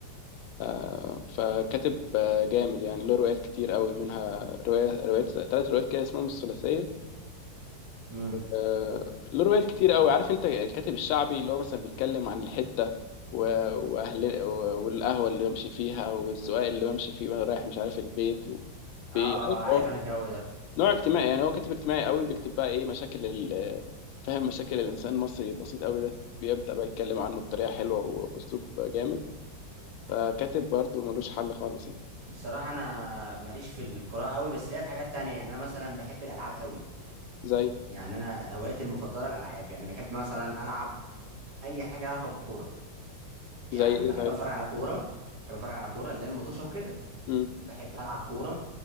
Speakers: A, on the left; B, on the right.
A: آه، فكاتب آه، جامد يعني له روايات كتير قوي منها رواية روايات ثلاث روايات كده اسمهم الثلاثية
B: امم
A: آه، له روايات كتير قوي عارف انت الكاتب الشعبي اللي هو مثلا بيتكلم عن الحتة و- واهل و- والقهوه اللي بمشي فيها والزقاق اللي بمشي فيه وانا رايح مش عارف البيت
B: اه
A: بي- عارف
B: عارف
A: هو
B: انا الجو ده
A: نوع اجتماعي يعني هو كاتب اجتماعي قوي بيكتب بقى ايه مشاكل ال- فاهم مشاكل الانسان المصري البسيط قوي ده بيبدأ بقى يتكلم عنه بطريقة حلوة وبأسلوب جامد فكاتب برضه ملوش حل خالص يعني
B: بصراحة انا ماليش في القراءة قوي بس ليا في حاجات تانية يعني انا مثلا بحب الالعاب قوي
A: زي
B: يعني انا هوايتي المفضلة الالعاب يعني بحب مثلا العب اي حاجة لها علاقة بالكورة يعني
A: زي ايه
B: بحب
A: طيب
B: اتفرج على كوره بحب اتفرج على كوره اللي هي المطوشه وكده
A: امم
B: بحب العب كوره